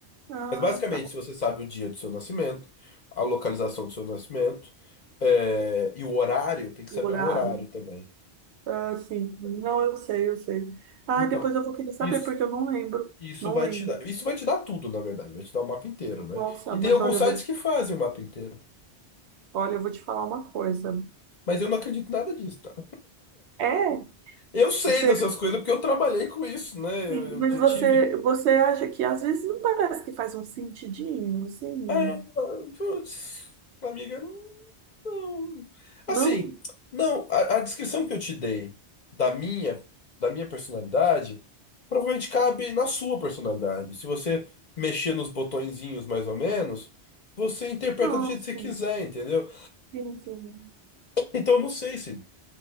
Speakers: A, on the right (about 75°); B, on the left (about 50°).
A: Ah,
B: Mas basicamente,
A: tá.
B: se você sabe o dia do seu nascimento, a localização do seu nascimento, é, e o horário, tem que
A: O
B: saber
A: horário.
B: o horário também.
A: Ah, sim. Não,
B: É,
A: eu sei, eu sei. Ah,
B: então,
A: depois eu vou querer saber,
B: isso,
A: porque eu não lembro.
B: isso
A: Não
B: vai
A: lembro.
B: te dar. Isso vai te dar tudo, na verdade. Vai te dar o mapa inteiro, né?
A: Nossa,
B: E
A: mas
B: tem alguns
A: olha, eu
B: sites
A: vou te,
B: que fazem o mapa inteiro.
A: olha, eu vou te falar uma coisa.
B: Mas eu não acredito em nada disso, tá?
A: É,
B: Eu sei
A: você,
B: dessas coisas porque eu trabalhei com isso, né? Eu,
A: sim,
B: eu,
A: mas
B: eu
A: você,
B: tive.
A: você acha que às vezes não parece que faz um sentidinho, assim?
B: Ah, putz, amiga, não. Assim,
A: Não?
B: não, a, a descrição que eu te dei da minha, da minha personalidade provavelmente cabe na sua personalidade. Se você mexer nos botõezinhos mais ou menos, você interpreta
A: Nossa,
B: do jeito que você quiser, entendeu?
A: sim, sim,
B: Então não sei se,